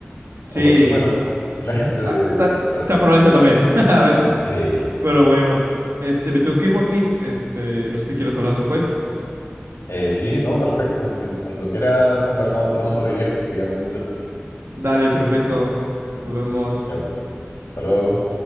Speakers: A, on the right; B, on the left.
A: Sí.
B: o porque, bueno, la gente de,
A: Ah,
B: de
A: ta-
B: repente.
A: se aprovecha también, <laughs> a veces.
B: Sí,
A: Pero bueno,
B: sí.
A: este, me tengo que ir, Joaquín. Este, no sé si quieres hablar después.
B: Eh, sí, no, perfecto. Y cuando quieras conversamos de nuevo sobre viajes, estaría muy interesante.
A: Dale, perfecto. Nos vemos.
B: Ya, pues. hasta luego.